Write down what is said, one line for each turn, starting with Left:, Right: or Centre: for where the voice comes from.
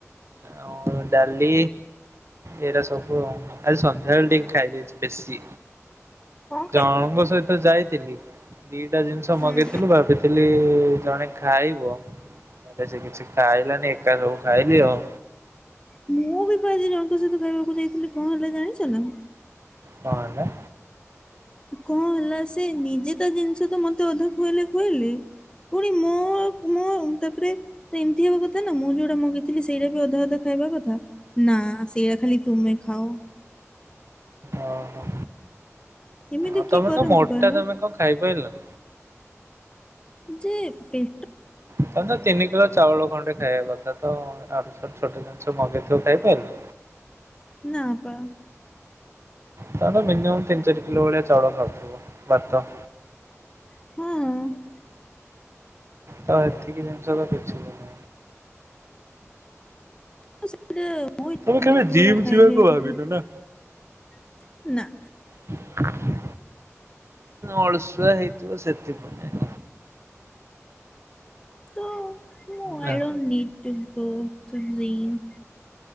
Right: ଆଉ ଡାଲି। ଏଇରା ସବୁ ଆଉ ଆଜି ସନ୍ଧ୍ୟାବେଳେ ଟିକେ ଖାଇ ଦେଇଛି ବେଶୀ।
Left: କଣ ଖାଇଥିଲ
Right: ଜଣଙ୍କ ସହିତ ଯାଇଥିଲି ଦିଟା ଜିନିଷ
Left: ହୁଁ
Right: ମଗେଇଥିଲୁ ଭାବି ଥିଲି ଜଣେ ଖାଇବ ତାପରେ ସେ କିଛି ଖାଇଲାନି ଏକା ସବୁ ଖାଇଲି ଆଉ।
Left: ମୁଁ ବି କ ଆଜି ଜଣଙ୍କ ସହିତ ଖାଇବାକୁ ଯାଇଥିଲି କଣ ହେଲା ଜାଣିଛ ନା?
Right: କଣ ହେଲା?
Left: କଣ ହେଲା ସେ ନିଜେ ତା ଜିନିଷ ତ ମତେ ଅଧା ଖୁଏଇଲେ ଖୁଏଇଲେ। ପୁଣି ମୋ କ ମୋ ତାପରେ। ତ ଏମିତି ହବା କଥା ନା ମୁଁ ଯୋଉଟା ମଗେଇଥିଲି ସେଇଟା ବି ଅଧା ଅଧା ଖାଇବା କଥା। ନା ସେଇଟା ଖାଲି ତୁମେ ଖାଅ।
Right: ଓହୋ
Left: ଏମିତି
Right: ଆଉ
Left: କିଏ
Right: ତମେ
Left: କରନ୍ତି
Right: ତ ମୋଟା
Left: କହିଲ
Right: ତମେ କଣ ଖାଇପାଇଲ?
Left: ଯେ ପି
Right: ତମେ ତ ତିନି କିଲୋ ଚାଉଳ ଖଣ୍ଡେ ଖାଇବା କ ତ ଆଡେ ଛୋ-ଛୋଟ ଜିନିଷ ମଗେଇଥିବ ଖାଇପାଇଲ?
Left: ନା ପା।
Right: ତମେ ତ ମିନିମମ ତିନ ଚାରି କିଲୋ ଭଳିଆ ଚାଉଳ ଖାଉଥିବ ଭାତ।
Left: ହଁ।
Right: ତ ଏତିକି ଜିନିଷ ତ କିଛି ନୁହ।
Left: ମୁଁ ସେଇଟା ମୁଁ
Right: ତମେ କେବେ
Left: ମୁଁ କେତେବେଳେ
Right: ଜିମ୍
Left: ଖାଇନି
Right: ଯିବାକୁ
Left: ଇଏ
Right: ଭାବିନ
Left: କରୁଥିନି
Right: ନା?
Left: ନା।
Right: <unintelligible> <inaudible> ଅଳସୁଆ ହେଇଥିବ ସେଥିପାଇଁ।
Left: ତ ମୁଁ
Right: ନା।
Left: ଆ I don't need to go to dream.